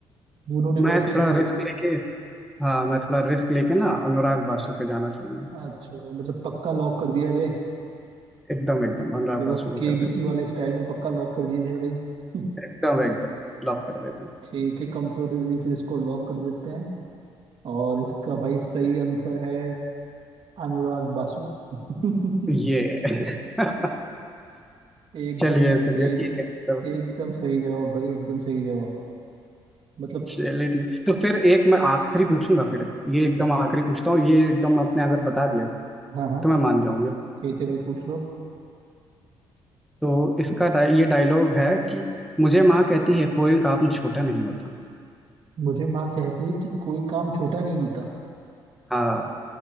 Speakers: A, on the right; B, in the centre.
A: भूनों ने बर्फी
B: मैं थोड़ा
A: मूवी
B: रिस्क लेके हाँ मैं थोड़ा रिस्क लेके ना अनुराग बासु पे जाना चाहूंगा
A: अच्छा भाई, मतलब पक्का लॉक कर दिया जाए
B: एकदम एकदम अनुराग
A: जब वो
B: बासु को
A: केबीसी
B: कर देते
A: वाले
B: हैं
A: स्टाइल में पक्का लॉक कर दिया जाए भाई <laughs>
B: एकदम एकदम लॉक कर देते हैं
A: ठीक है कंप्यूटर फिर इसको लॉक कर देते हैं और इसका भाई सही आंसर है अनुराग बासु <laughs>
B: ये <laughs>
A: एकदम
B: चलिए चलिए
A: एक
B: ठीक है मतलब
A: एकदम सही जवाब भाई एकदम सही जवाब मतलब
B: चलिए ठीक तो फिर एक मैं आखिरी पूछूंगा फिर ये एकदम आखिरी पूछता हूँ ये एकदम आपने अगर बता दिया
A: हाँ हाँ
B: तो मैं मान जाऊंगा
A: ठीक है भाई पूछ लो
B: तो इसका डाय, ये डायलॉग है कि मुझे माँ कहती है कोई काम छोटा नहीं होता
A: मुझे माँ कहती है कि कोई काम छोटा नहीं होता
B: हाँ